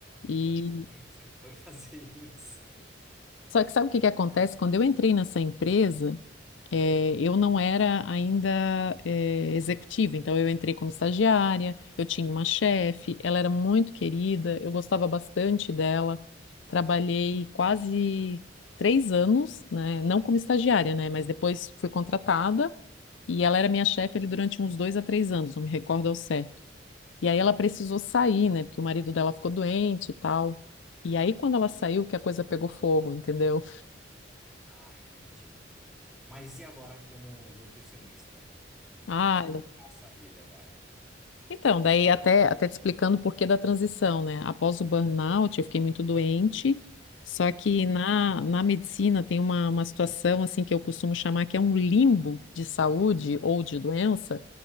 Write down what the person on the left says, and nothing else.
E
só que sabe o que que acontece? Quando eu entrei nessa empresa, eh, eu não era ainda eh, executiva, então eu entrei como estagiária, eu tinha uma chefe, ela era muito querida, eu gostava bastante dela. Trabalhei quase três anos, né? Não como estagiária, né? Mas depois fui contratada e ela era minha chefe ali durante uns dois a três anos, não me recordo ao certo. E aí ela precisou sair, né? Porque o marido dela ficou doente e tal. E aí, quando ela saiu, que a coisa pegou fogo, entendeu?
Ah,
então, daí até, até te explicando o porquê da transição, né? Após o burnout, eu fiquei muito doente, só que
na, na medicina tem uma, uma situação, assim, que eu costumo chamar que é um limbo de saúde ou de doença,